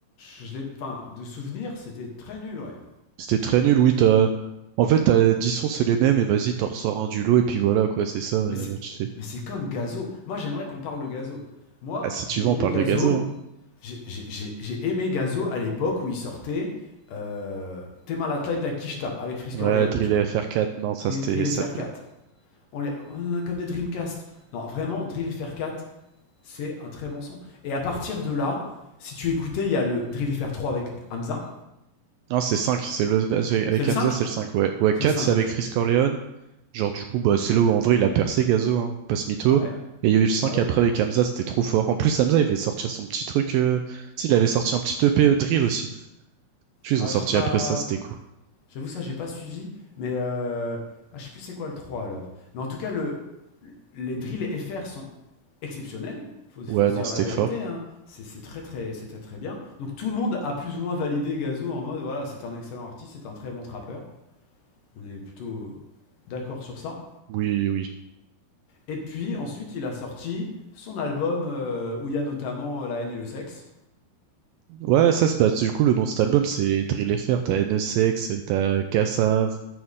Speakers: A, on the left; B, on the right.
A: je, je l'ai, enfin, de souvenir, c'était très nul, ouais.
B: C'était très nul, oui, t'as... En fait, t'as 10 sons, c'est les mêmes, et vas-y, t'en ressors un du lot, et puis voilà, quoi, c'est ça. euh,
A: Mais c'est,
B: tu sais.
A: mais c'est comme Gazo. Moi, j'aimerais qu'on parle de Gazo. Moi,
B: Ah, si
A: j'ai
B: tu veux,
A: aimé
B: on parle
A: Gazo.
B: de Gazo. hein.
A: J'ai j'ai- j'ai j'ai aimé Gazo à l'époque où il sortait euh, Tema la taille de la Kishta avec Frisker
B: Ouais,
A: Leon,
B: Drill
A: tu vois.
B: et FR4, non, ça,
A: Drill,
B: c'était...
A: Drill
B: Ça...
A: FR4. On, les, on en a comme des Dreamcast. Non, vraiment, Drill FR 4, c'est un très bon son. Et à partir de là, si tu écoutais, il y a le Drill FR 3 avec Hamza.
B: Non, c'est 5 c'est le... avec
A: C'est le
B: Hamza,
A: 5
B: c'est le 5 ouais. Ouais,
A: C'est
B: 4
A: le 5,
B: c'est
A: ok.
B: avec Freeze Corleone. Genre, du coup, bah, c'est là où en vrai il a percé Gazo, hein, pas ce mytho.
A: Ouais,
B: Et il y a eu le cinq
A: bah oui.
B: après avec Hamza, c'était trop fort. En plus, Hamza, il avait sortir son petit truc. Euh... tu sais, il avait sorti un petit EP euh, drill aussi. Tu sais,
A: Ah,
B: ils ont sorti
A: j'ai pas.
B: après ça, c'était cool.
A: J'avoue, ça, j'ai pas suivi. Mais euh... ah, je sais plus c'est quoi le 3 alors. Mais en tout cas, le... les Drill drills FR sont exceptionnels. Faut, faut
B: Ouais,
A: se
B: non,
A: dire
B: c'était
A: la vérité.
B: fort.
A: hein. C'est c'est très, très, c'est très, très bien. Donc tout le monde a plus ou moins validé Gazo en mode voilà, c'est un excellent artiste, c'est un très bon trappeur. On est plutôt d'accord sur ça.
B: Oui, oui.
A: Et puis ensuite, il a sorti son album euh, où il y a notamment euh, La haine et le sexe.
B: Ouais, ça, c'est bah, du coup, le nom de cet album, c'est Drill FR. T'as NSX, t'as Kassav,